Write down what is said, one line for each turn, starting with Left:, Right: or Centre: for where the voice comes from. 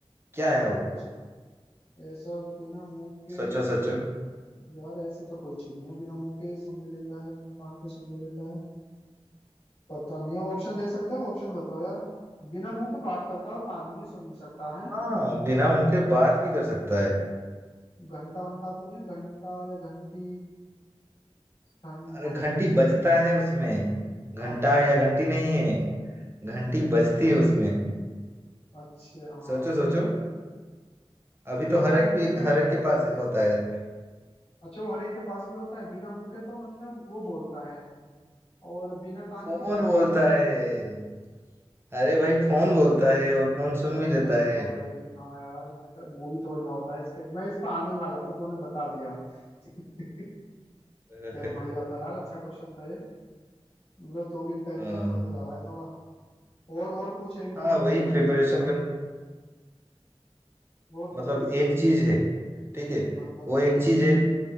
Right: क्या है वो
Left: अच्छा ऐसा बिना मुंह के
Right: सोचो सोचो
Left: यार ऐसे तो कोई चीज नहीं है बिना मुंह के सुन भी लेता है बिना कान के सुन भी लेता है पता नहीं है ऑप्शन दे सकते हो ऑप्शन बताओ यार बिना मुंह के बात करता है और कान भी नहीं सुन भी सकता है
Right: हाँ बिना मुंह के बात भी कर सकता है
Left: घंटा वंटा तो नहीं है घंटा या घंटी ठन
Right: अरे
Left: ठन
Right: घंटी
Left: ऐसे
Right: बजता है उसमें घंटा
Left: अच्छा
Right: या घंटी नहीं है घंटी बजती है उसमें
Left: अच्छा हाँ
Right: सोचो
Left: यार
Right: सोचो अभी
Left: बिना
Right: तो हर एक
Left: मुंह
Right: भी
Left: के
Right: हर एक के पास है- होता है
Left: अच्छा वो हर एक के पास भी होता है बिना मुंह के तो मतलब वो बोलता है और बिना कान
Right: फोन
Left: के सुनता
Right: बोलता
Left: है
Right: है अरे भाई फोन बोलता है और फोन सुन
Left: अबे
Right: भी लेता
Left: भाई
Right: है
Left: हाँ यार मैं तो मुंह भी थोड़ी ना होता है इसके मैं इस पर आने ही वाला था तो तूने बता दिया <laughs>
Right: <laughs>
Left: चल बढ़िया था यार अच्छा क्वेश्चन था ये मतलब तू भी इंटेलिजेंट
Right: हाँ
Left: होता जा रहा है थोड़ा और और पूछ एक दो
Right: हाँ,
Left: और
Right: वही
Left: पूछ
Right: प्रिपरेशन कर
Left: और पूछ
Right: मतलब
Left: एक दो
Right: एक
Left: ऐसा
Right: चीज है ठीक है
Left: हाँ बता
Right: वो एक
Left: एक
Right: चीज
Left: ची-
Right: है